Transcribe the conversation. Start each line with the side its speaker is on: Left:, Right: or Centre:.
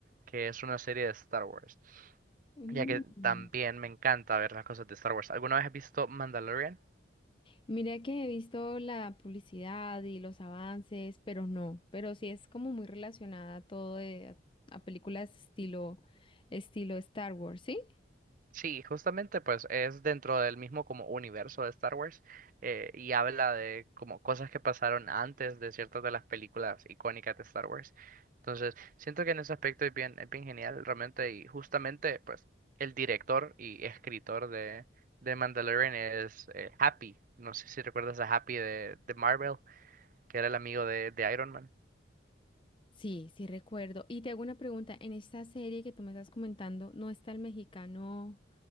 Right: que es una serie de Star Wars,
Left: Mm.
Right: ya que también me encanta ver las cosas de Star Wars. ¿Alguna vez has visto Mandalorian?
Left: Mira que he visto la publicidad y los avances, pero no, pero sí es como muy relacionada a todo de, a películas estilo, estilo Star Wars, ¿sí?
Right: Sí, justamente pues es dentro del mismo como universo de Star Wars eh, y habla de como cosas que pasaron antes de ciertas de las películas icónicas de Star Wars. Entonces, siento que en ese aspecto es bien, es bien genial realmente y justamente pues el director y escritor de, de Mandalorian es eh, Happy. No sé si recuerdas a Happy de, de Marvel, que era el amigo de, de Iron Man.
Left: Sí, sí recuerdo. Y te hago una pregunta, en esta serie que tú me estás comentando, ¿no está el mexicano,